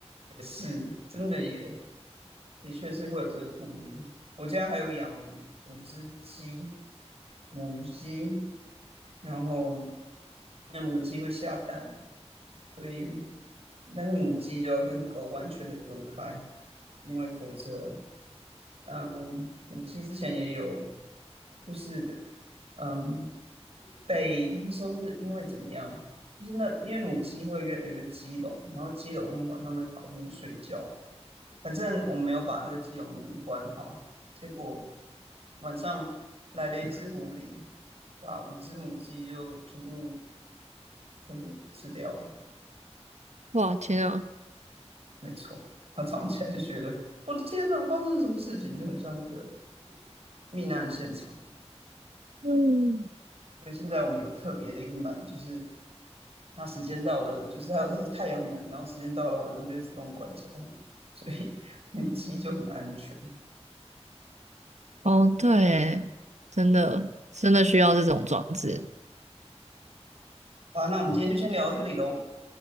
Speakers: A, on the right; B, on the right.
A: 也是，真的也的确是会有这个顾虑。我家还有养五只鸡，母鸡，然后那母鸡会下蛋，所以但是母鸡就要跟狗完全的隔开，因为否则嗯，母鸡之前也有，就是嗯，被他们说是因为怎么样，就是那因为母鸡会约有个鸡笼，然后鸡笼他们晚上会跑进去睡觉，反正我们没有把那个鸡笼的门关好，结果晚上来了一只狐狸，把五只母鸡就全部全部吃掉了，
B: 哇，天啊！
A: 没错，他早上起来就觉得我的天哪，发生了什么事情，就很像那个命案现场。
B: 嗯，
A: 所以现在我们有特别的一个门，就是它时间到了，就是还有它是太阳能，然后时间到了晚上就会自动关起来，所以 <laughs> 母鸡就很安全。
B: 哦，对耶，真的真的需要这种装置。
A: 好，那我们今天就先聊到这里喽，